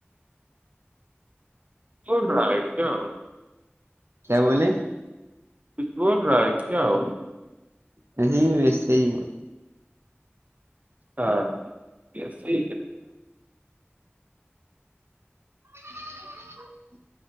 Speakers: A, on the right; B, on the right.
A: کونا آئیتا
B: کیا بولے
A: کچھ بول رہا ہے کیا ہو
B: نہیں ویسے ہی بول
A: ہاں جی
B: <inaudible>